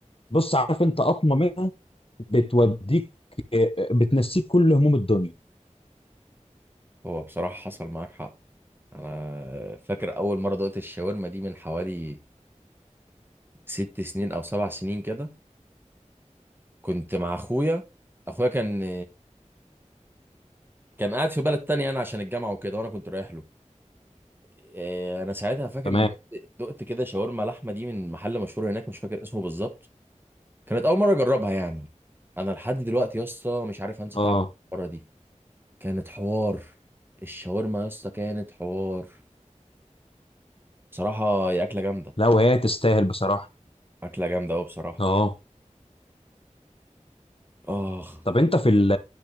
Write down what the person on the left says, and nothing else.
بص عارف انت قطمه منها بتوديك آه، بتنسيك كل هموم الدنيا
تمام
اه
لا وهي تستاهل بصراحه
اه
طب انت في ال